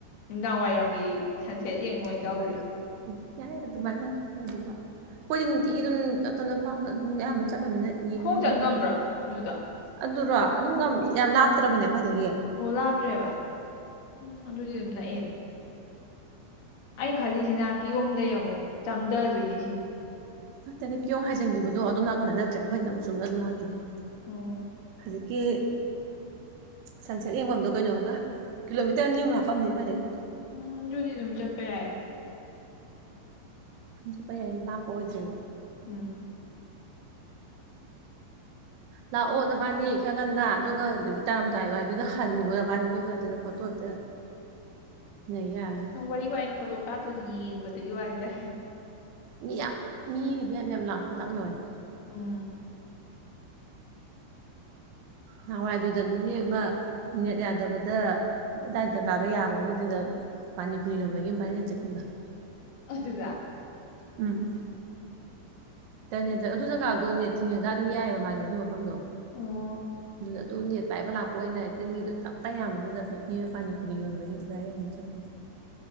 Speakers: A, on the left; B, on the right.
A: ꯅꯨꯡꯗꯥꯡ ꯋꯥꯏꯔꯝꯒꯤ ꯁꯟ ꯁꯦꯠ ꯌꯦꯡꯕ ꯑꯣꯏꯅ ꯆꯠꯂꯨꯁꯦ
B: ꯍꯣꯏ ꯍꯣꯏ ꯌꯥꯏ ꯑꯗꯨꯃꯥꯏꯅ ꯅꯣꯏ ꯑꯗꯨꯝ ꯂꯥꯛꯑꯣ ꯑꯩꯈꯣꯏꯗꯤ ꯅꯨꯡꯇꯤꯒꯤ ꯑꯗꯨꯝ ꯇꯞꯇꯞꯅ ꯐꯥꯝꯗ ꯑꯗꯨꯝ ꯑꯌꯥꯝꯕꯅ ꯆꯠ <unintelligible> ꯌꯦꯡꯅꯤꯡꯗꯦꯅ
A: ꯈꯣꯡ ꯆꯠ
B: ꯅꯉꯣꯟꯗꯗꯤ
A: ꯉꯝꯕ꯭ꯔꯥ ꯑꯗꯨꯗꯣ
B: ꯑꯗꯨ ꯑꯗꯨꯔꯣ ꯑꯗꯨ ꯉꯝꯃꯦ ꯌꯥꯝ ꯂꯥꯞꯇ꯭ꯔꯕꯅꯦ ꯑꯩꯈꯣꯏꯗꯒꯤ
A: ꯑꯣ ꯂꯥꯞꯇ꯭ꯔꯦꯕ ꯎꯝ ꯑꯗꯨꯗꯤ ꯑꯗꯨꯝ ꯅꯛꯑꯦꯅꯦ ꯑꯩꯅ ꯈꯜꯂꯤꯁꯤꯅ ꯀꯤꯌꯣꯡꯗꯩ ꯑꯃꯨꯛ ꯆꯪꯗꯗꯣꯏꯅꯦ ꯁꯤꯅꯤ
B: ꯅꯠꯇꯦꯗ ꯀꯤꯌꯣꯝ ꯍꯥꯏꯖꯟꯈꯤꯕꯗꯣ ꯑꯗꯣꯝ ꯅꯥꯀꯟꯗ ꯅꯠꯇ꯭ꯔꯦ ꯑꯩꯈꯣꯏꯅꯃꯨꯛ ꯆꯨꯝꯅ ꯑꯗꯨꯝ ꯂꯥꯛꯈꯤꯗꯧꯅꯦ
A: ꯑꯣꯑꯣ
B: ꯍꯧꯖꯤꯛꯀꯤ ꯁꯟꯁꯦꯠ ꯌꯦꯡꯐꯝꯗꯣ ꯀꯩꯅꯣꯒ ꯀꯤꯂꯣꯃꯤꯇꯔ ꯑꯅꯤ ꯃꯨꯛ ꯂꯥꯛꯄꯅꯤ ꯑꯩꯈꯣꯏꯗꯒꯤ
A: ꯎꯝ ꯑꯗꯨꯗꯤ ꯑꯗꯨꯝ ꯆꯠꯄ ꯌꯥꯏꯌꯦ
B: ꯑꯗꯨꯝ ꯆꯠꯄ ꯌꯥꯏ ꯂꯥꯞꯄ ꯑꯣꯏꯗ꯭ꯔꯦꯕ
A: ꯎꯝ
B: ꯂꯥꯛꯑꯣ ꯅꯕꯥꯅꯤ ꯈꯔ ꯉꯟꯅ ꯑꯗꯨꯒ ꯅꯨꯃꯤꯠ ꯇꯥꯔꯝꯗꯥꯏ ꯋꯥꯏꯗꯨꯗ ꯍꯟꯒ꯭ꯔꯣ ꯅꯕꯥꯅꯤ ꯑꯗꯨꯗ ꯐꯣꯇꯣ ꯍꯦꯛꯇ ꯅꯩ ꯌꯥꯔꯅꯤ
A: <unintelligible> ꯋꯥ ꯐꯣꯇꯣ ꯀꯥꯞꯇ꯭ꯔꯁꯨ ꯌꯦꯡꯕꯗ ꯑꯗꯨꯒꯤ ꯋꯥꯅꯤꯗ
B: ꯃꯤ ꯌꯥꯝ ꯃꯤꯒꯤꯗꯤ ꯌꯥꯝ ꯌꯥꯝ ꯂꯥꯛꯅꯕꯅꯦ
A: ꯎꯝ
B: ꯅꯍꯥꯟꯋꯥꯏꯗꯨꯗ ꯅꯅꯤꯅꯦ ꯑꯃ ꯅꯦꯠ ꯌꯥꯗꯕꯗ ꯗꯥꯏ ꯖꯥꯒꯗꯣ ꯌꯥꯕꯒꯤ ꯑꯗꯨꯗ ꯄꯥꯅꯤꯄꯨꯔꯤ ꯌꯣꯟꯕꯒꯤ ꯕꯥꯏꯔꯦꯜ ꯆꯠꯈꯤꯕꯗꯣ
A: ꯑꯗꯨꯗꯥ
B: ꯎꯝ <unintelligible> ꯑꯗꯨ ꯖꯒꯥꯗꯣ ꯅꯦꯠ ꯊꯤꯡꯉꯥꯒ ꯑꯗꯨꯝ ꯌꯥꯏꯌꯦꯕ ꯑꯗꯨ ꯃꯐꯝꯗꯣ
A: ꯑꯣꯑꯣ
B: ꯑꯗꯨ ꯅꯦꯠ ꯄꯥꯏꯕ ꯂꯥꯛꯄ ꯑꯣꯏꯅ ꯍꯦꯛꯇ ꯃꯤꯗꯨ ꯇꯞꯄ ꯌꯥꯝꯕꯗꯨꯗ ꯅꯨꯄꯤ ꯑꯃ ꯄꯥꯅꯤ ꯄꯨꯨꯔꯤ ꯌꯣꯟꯕꯒꯤ ꯚꯥꯏꯔꯦꯟ ꯑꯝ ꯆꯠꯄꯅꯤ